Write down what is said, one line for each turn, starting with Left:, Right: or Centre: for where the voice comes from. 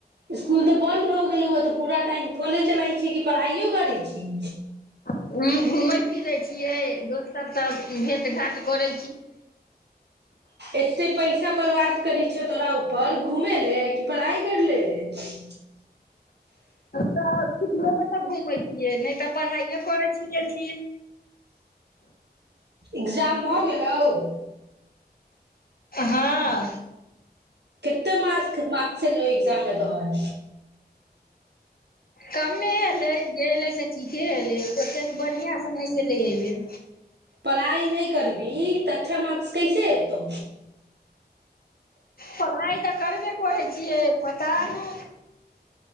Right: इसकुल तऽ बन्द भऽ गेलहुँ ह तऽ पूरा टाइम फोने चलाइ छी कि पढ़ाइओ करै छी
Left: उ घूमे फिरे छीये दोस्त सब सब भेंट घाट करे
Right: एते पैसा बर्बाद बात करै छै तोरा ऊपर घूमे ले कि पढ़ाइ कर ले रहे
Left: त त <inaudible> समे तऽ घुमै छियै नहि तऽ पढ़ाइए करै छियै क
Right: एग्जाम भऽ गेल तउ
Left: हँ
Right: कते मास मार्क्स मा छलो एक्जाम मे तोहर
Left: कमे एलै गेलै से ठीके एलै ओतेक त बढ़िआँसँ नहि अलै एहि बेर
Right: पढ़ाइ नहि करबी तऽ अच्छा मार्क्स कैसे एतौ
Left: पढ़ाइ तऽ करबे करै छियै पता नहि